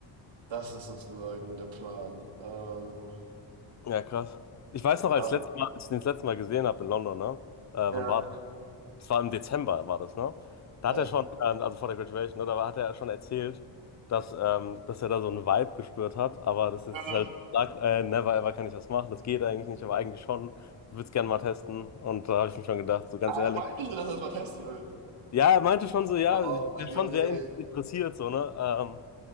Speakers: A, on the right (about 65°); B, on the left (about 35°).
A: Das ist sozusagen der Plan. Ähm,
B: Ja, krass. Ich weiß noch,
A: aber,
B: als letztes Mal, als ich den das letzte Mal gesehen habe in London, ne? Äh,
A: ja,
B: wann war Es war im Dezember, war das, ne? Da
A: ja.
B: hat er schon, ähm, also vor der Graduation, ne, da hat er schon erzählt, dass, ähm, dass er da so einen Vibe gespürt hat, aber das ist
A: Äh,
B: halt, sagt, äh, never ever kann ich was machen, das geht eigentlich nicht, aber eigentlich schon, ich würde es gerne mal testen. Und da habe ich mir schon gedacht, so ganz
A: er
B: ehrlich.
A: meinte schon, dass er es mal testen will.
B: Ja, er meinte schon so, ja,
A: Och,
B: ich bin
A: Junge.
B: schon sehr in- interessiert, so, ne? Ähm,